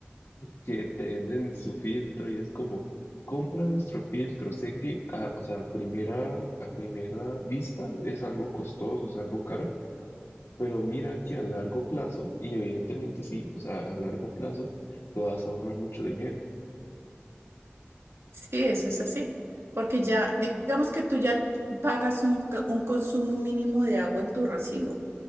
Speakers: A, on the left; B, on the right.
A: que te venden su filtro y es como, compra nuestro filtro. Sé que, a- o sea, a primera, a primera vista es algo costoso, es algo caro, Pero mira que a largo plazo, y evidentemente sí, o sea, a largo plazo te vas a ahorrar mucho dinero.
B: Sí, eso es así, porque ya, digamos que tú ya pagas un, c- un consumo mínimo de agua en tu recibo,